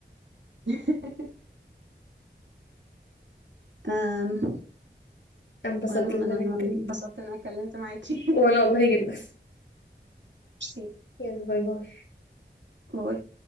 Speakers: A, on the right (about 80°); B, on the left (about 80°).
A: <laughs> أم
B: انبسطت
A: المهم
B: لما
A: انا <laughs>
B: اتكلمت
A: انبسطت
B: معاكي
A: ان انا اتكلمت معاكي <laughs>
B: وانا والله جدا
A: ميرسي
B: يلا باي باي
A: باي